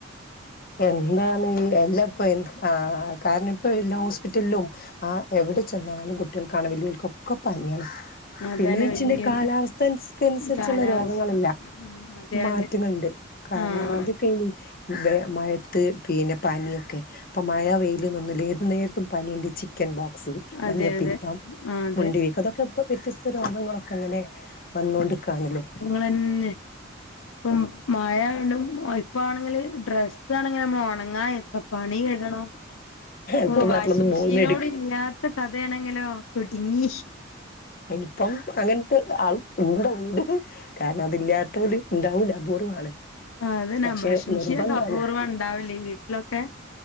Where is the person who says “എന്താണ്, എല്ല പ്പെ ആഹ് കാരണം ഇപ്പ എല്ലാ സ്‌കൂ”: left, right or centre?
Left